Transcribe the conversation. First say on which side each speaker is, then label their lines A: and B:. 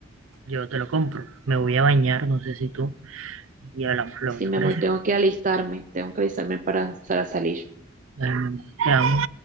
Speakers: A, on the right; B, on the right.
A: yo te lo compro. Me voy a bañar, no sé si tú, y hablamos luego,
B: Sí,
A: ¿te
B: mi
A: parece?
B: amor, tengo que alistarme, tengo que alistarme para, para salir.
A: Bueno, mi amor, te amo.